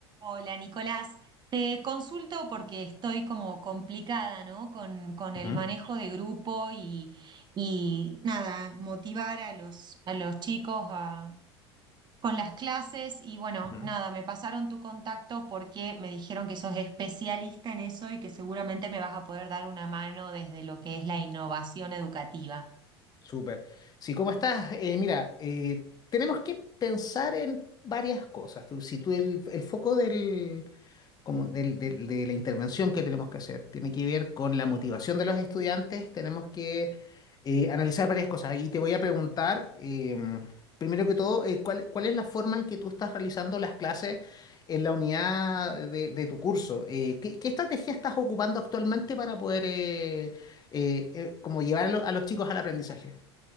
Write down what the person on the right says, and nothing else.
Hola Nicolás, te consulto porque estoy como complicada, ¿no? Con, con el
manejo de grupo y, y nada, motivar a los, a los chicos a- con las clases y bueno,
nada, me pasaron tu contacto porque me dijeron que sos especialista en eso y que seguramente me vas a poder dar una mano desde lo que es la innovación educativa.